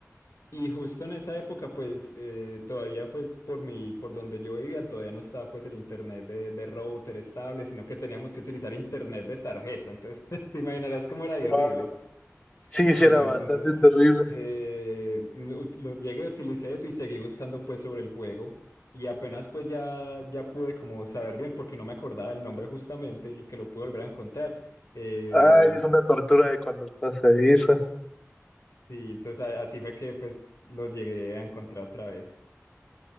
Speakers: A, on the left (about 80°); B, on the left (about 25°).
A: Y justo en esa época, pues, eh, todavía, pues, por mi, por donde yo vivía, todavía no estaba, pues, el internet de, de router estable, sino que teníamos que utilizar internet de tarjeta. Entonces, <laughs> te imaginarás cómo era de
B: Wow.
A: horrible.
B: Sí,
A: Bueno,
B: sí, era
A: entonces
B: bastante terrible.
A: eh, me ut- lo, llegué, utilicé eso y seguí buscando pues sobre el juego y apenas pues ya, ya pude como saber bien porque no me acordaba el nombre justamente y lo que lo pude volver a encontrar. Eh,
B: Ay, es una tortura de cuando pasa eso.
A: sí, entonces a- así fue que pues lo llegué a encontrar otra vez.